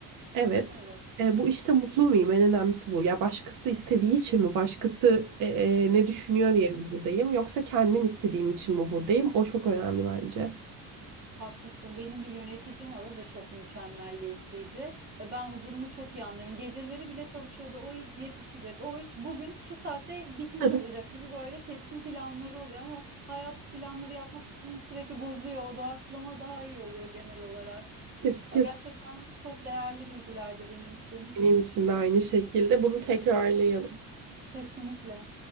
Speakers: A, on the right (about 55°); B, on the right (about 30°).
A: Evet.
B: Evet.
A: E, bu işte mutlu muyum? En önemlisi bu. Ya başkası istediği için mi? Başkası e, e, ne düşünüyor diye mi buradayım? Yoksa kendim istediğim için mi buradayım? O çok önemli bence.
B: Haklısın. Benim bir yöneticim var. O da çok mükemmelliyetçiydi. E, Ben o durumu çok iyi anlıyorum. Geceleri bile çalışıyordu. O iş yetişecek. O iş bugün şu saate bitmiş
A: <laughs>
B: olacak gibi böyle kesin planları oluyor ama hayat planları yapmak için sürekli bozuyor. Doğaçlama daha iyi oluyor genel olarak.
A: Kes,
B: Aa,
A: kes.
B: Gerçekten çok değerli bilgilerdi benim için.
A: Benim için de aynı şekilde. Bunu tekrarlayalım.
B: Kesinlikle.